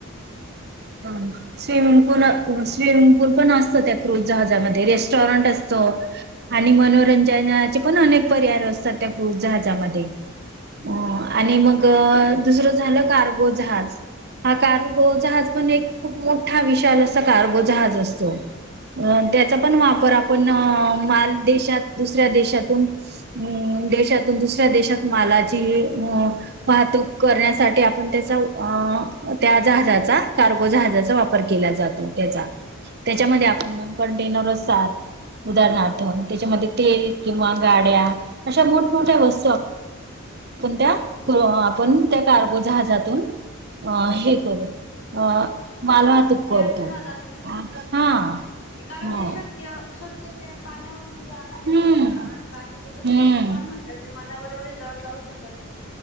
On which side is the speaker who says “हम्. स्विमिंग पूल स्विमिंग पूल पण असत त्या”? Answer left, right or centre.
Right